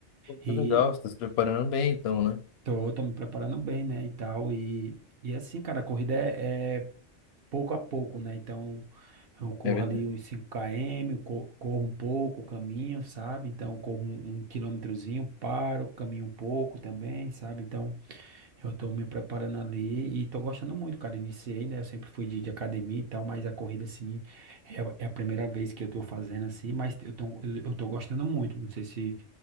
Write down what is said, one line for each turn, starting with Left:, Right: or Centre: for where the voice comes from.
Left: Pô,
Right: E.
Left: que legal, você tá se preparando bem, então, né?
Right: Tô, tô me preparando bem, né, e tal, e, e assim, cara, a corrida é, é pouco a pouco, né, então eu corro
Left: É verdade.
Right: ali uns 5 km, co- corro um pouco, caminho, sabe, então eu corro um, um quilômetrozinho, paro, caminho um pouco também, sabe, então eu tô me preparando ali e tô gostando muito, cara. Iniciei, né? Eu sempre fui de, de academia e tal, mas a corrida, assim, é, a é a primeira vez que eu tô fazendo, assim, mas eu tô, eu, eu tô gostando muito. Não sei se